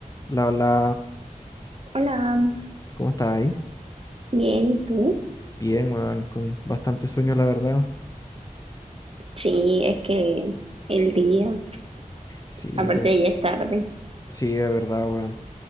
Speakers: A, on the left; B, on the right.
A: La, la,
B: Hola,
A: ¿cómo estás ahí?
B: bien, ¿y tú?
A: Bien, weón, con bastante sueño, la verdad.
B: Sí, es que el día,
A: Sí,
B: aparte
A: te-
B: ya es tarde.
A: sí, es verdad, weón.